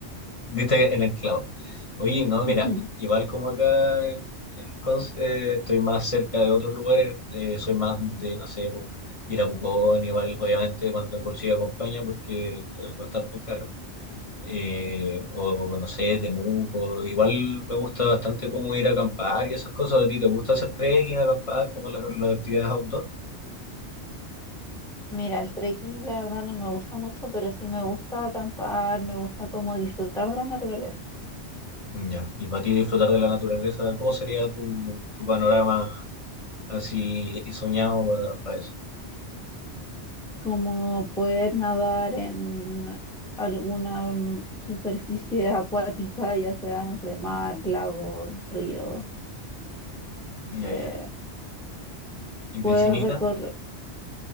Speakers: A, on the left; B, in the centre.
A: Diste en el clavo. Oye, no,
B: <laughs>
A: mira, igual como acá en, en Conce, eh, estoy más cerca de otros lugares, eh, soy más de, no sé, po, ir a Pucón, igual, obviamente cuando el bolsillo acompaña, porque es bastante caro. Eh, o no sé, Temuco, igual me gusta bastante como ir a acampar y esas cosas. ¿A ti te gusta hacer trekking, acampar, como las, las actividades outdoor?
B: Mira, el trekking la verdad no me gusta mucho, pero sí me gusta acampar, me gusta como disfrutar de la naturaleza,
A: Ya. Y para ti disfrutar de la naturaleza, ¿cómo sería tu, tu panorama así y soñado para, para eso?
B: como poder nadar en alguna mm, superficie acuática, ya sea, no sé, mar, lago, río,
A: Ya,
B: eh,
A: ya. Y
B: poder
A: piscinita.
B: recorrer,